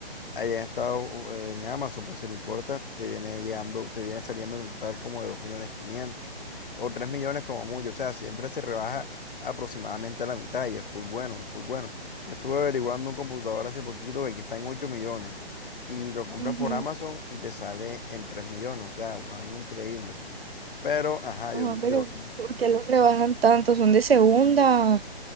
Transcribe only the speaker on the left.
allá en Estados, eh, en Amazon, pues si lo importas, te viene llegando, te viene saliendo en un total como de dos millones quinientos o 3 millones como mucho, o sea, siempre se rebaja aproximadamente a la mitad y es full bueno, es full bueno. Yo estuve averiguando un computador hace poquito que aquí está en 8 millones y lo compras
por Amazon y te sale en 3 millones, o sea, una vaina increíble. Pero, ajá,
yo,
yo,